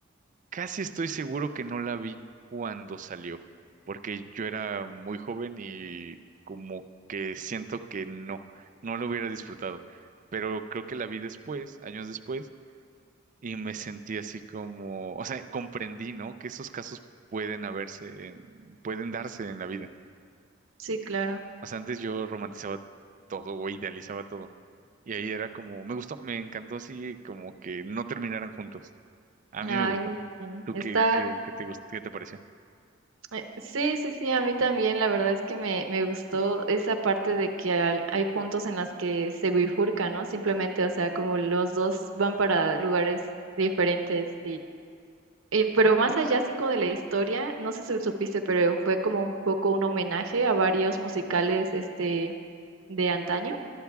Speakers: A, on the right (about 40°); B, on the right (about 75°).
A: casi estoy seguro que no la vi cuando salió, porque yo era muy joven y como que siento que no, no lo hubiera disfrutado, pero creo que la vi después, años después, y me sentí así como, o sea, comprendí, ¿no? Que esos casos pueden haberse, en- pueden darse en la vida
B: Sí, claro.
A: O sea, antes yo romantizaba todo o idealizaba todo. Y ahí era como, me gustó, me encantó así como que no terminaran juntos. A
B: Ay,
A: mí me gustó.
B: sí,
A: ¿Tú
B: está.
A: qué, qué, qué te gustó, qué te pareció?
B: eh, Sí, sí, sí, a mí también. La verdad es que me, me gustó esa parte de que al- hay puntos en las que se bifurca, ¿no? Simplemente, o sea, como los dos van para lugares diferentes Eh, pero más allá, así como de la historia, no sé si supiste, pero fue como un poco un homenaje a varios musicales este, de antaño.